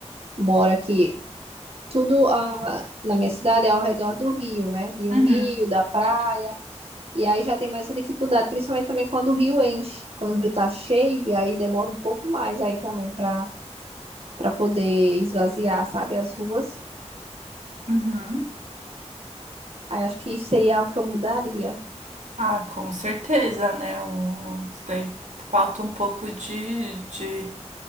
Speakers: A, on the right; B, on the right.
A: mora aqui tudo a, na minha cidade é ao redor do rio, né? De um
B: Uhum,
A: rio, da praia. E aí já tem mais essa dificuldade, principalmente também quando o rio enche, quando o rio tá cheio, e aí demora um pouco mais aí também para para poder esvaziar, sabe, as ruas.
B: uhum.
A: Aí acho que isso seria algo que eu mudaria.
B: Ah, com certeza, né? O, o- daí falta um pouco de, de,